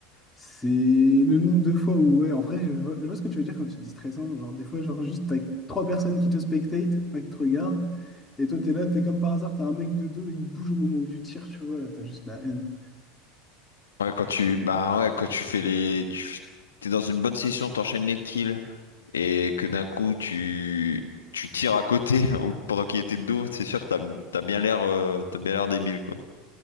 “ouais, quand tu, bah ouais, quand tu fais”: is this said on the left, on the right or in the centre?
Left